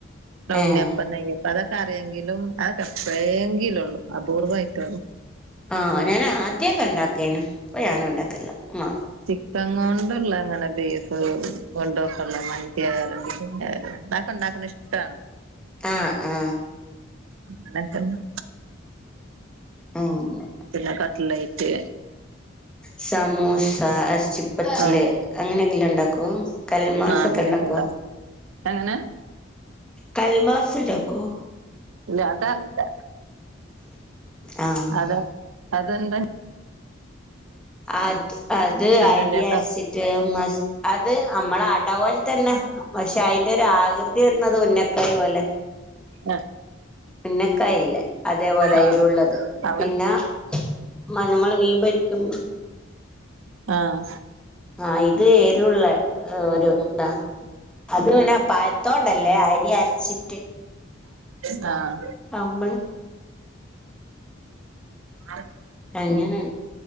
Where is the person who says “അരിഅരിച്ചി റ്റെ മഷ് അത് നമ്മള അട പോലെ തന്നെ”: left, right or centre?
Centre